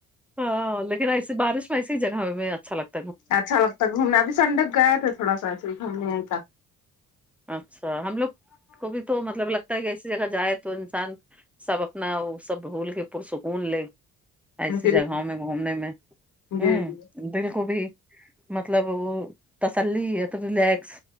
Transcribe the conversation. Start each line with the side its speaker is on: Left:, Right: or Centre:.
Centre: ہاں لیکن ایسی بارش میں ایسی ہی جگہ ہمیں اچھا لگ
Left: اچھا لگتا گھومنے ابھی سنڈے گئے تھے تھوڑا سا ایسے ہی گھومنے کا
Centre: اچھا ہم لوگ کو بھی تو مطلب لک تا ایسی جگہ جائے تو انسان سب اپنا سب بھول کے پر سکون لے ایسی
Left: جی
Centre: جگہوں میں گھومنے میں امم
Left: جی جی
Centre: دل کو بھی مطلب وہ تسلی ایک ریلیکس